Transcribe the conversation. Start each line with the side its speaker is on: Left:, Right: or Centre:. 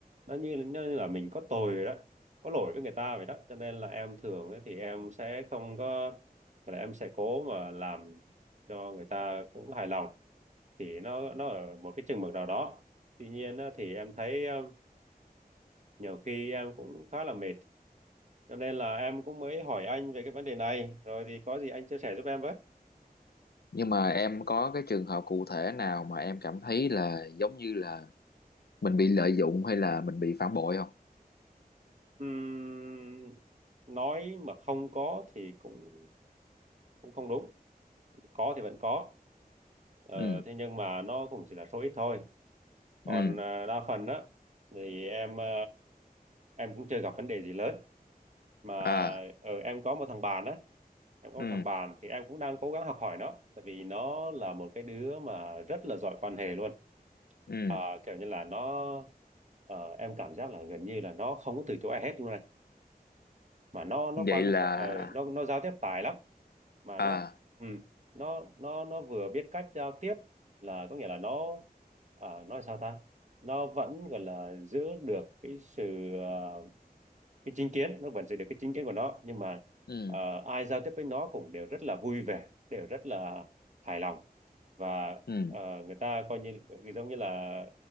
Right: nó như nó như là mình có tội vậy đó có lỗi với người ta vậy đó cho nên là em thường ấy, thì em sẽ không có là em sẽ cố mà làm cho người ta cũng hài lòng thì nó nó ở một cái chừng mực nào đó tuy nhiên á, thì em thấy ờ, nhiều khi em cũng khá là mệt cho nên là em cũng mới hỏi anh về cái vấn đề này, rồi thì có gì anh chia sẻ giúp em với.
Left: nhưng mà em có cái trường hợp cụ thể nào mà em cảm thấy là giống như là mình bị lợi dụng hay là mình bị phản bội không
Right: Ừm, nói mà không có thì cũng cũng không đúng, có thì vẫn có, ờ,
Left: ừ
Right: thế nhưng mà nó cũng chỉ là số ít thôi.
Left: ừ
Right: còn ờ, đa phần á thì em ờ, em cũng chưa gặp vấn đề gì lớn mà
Left: à
Right: ở em có một thằng bạn á em có
Left: ừ
Right: một thằng bạn thì em cũng đang cố gắng học hỏi nó tại vì nó là một cái đứa mà rất là giỏi quan hệ luôn
Left: ừ
Right: à, kiểu như là nó ờ, em cảm giác là gần như là nó không có từ chối ai hết luôn này mà nó nó
Left: vậy
Right: quan
Left: là
Right: ờ, nó nó giao tiếp tài lắm mà
Left: à
Right: nó ừ, nó nó nó vừa biết cách giao tiếp là có nghĩa là nó à, nói sao ta nó vẫn gọi là giữ được cái sự ờ, cái chính kiến nó vẫn giữ được cái chính kiến của nó nhưng mà
Left: ừ
Right: ờ, ai giao tiếp với nó cũng đều rất là vui vẻ đều rất là hài lòng và
Left: ừ
Right: ờ, người ta coi như giống như là